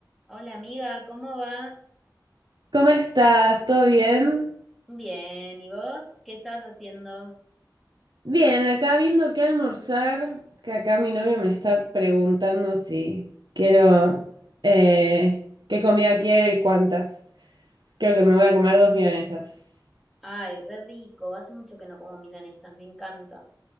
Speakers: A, in the centre; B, on the right.
A: Hola amiga, ¿cómo va?
B: ¿Cómo estás? ¿Todo bien?
A: Bien, ¿y vos? ¿Qué estabas haciendo?
B: Bien, acá viendo qué almorzar, que acá mi novio me está preguntando si quiero, eh, qué comida quiero y cuántas. Creo que me voy a comer dos milanesas.
A: Ay, re rico, hace mucho que no como milanesas, me encanta.